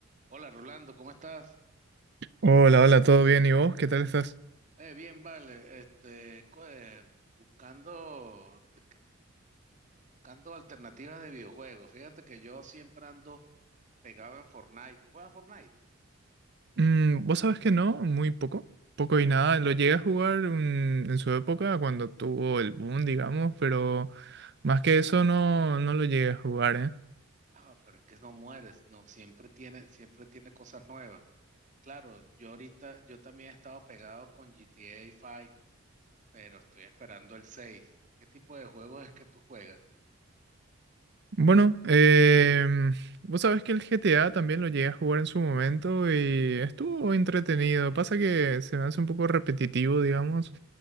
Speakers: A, on the right; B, on the right.
A: Hola Rolando, ¿cómo estás?
B: Hola, hola, ¿todo bien? ¿Y vos? ¿Qué tal estás?
A: Eh, bien, vale. Este, co- eh, buscando, de- que- buscando alternativas de videojuegos. Fíjate que yo siempre ando pegado en Fortnite. ¿Tú juegas Fortnite?
B: Mm, vos sabés que no, muy poco, poco y nada. Lo llegué a jugar un- en su época cuando tuvo el boom, digamos, pero más que eso no, no lo llegué a jugar, ¿eh?
A: Ah, pero es que no mueres, no, siempre tiene, siempre tiene cosas nuevas. Claro, yo ahorita, yo también he estado pegado con GTA 5, pero estoy esperando el 6. ¿Qué tipo de juegos es que tú juegas?
B: Bueno, em, vos sabés que el GTA también lo llegué a jugar en su momento y estuvo entretenido. Pasa que se me hace un poco repetitivo, digamos,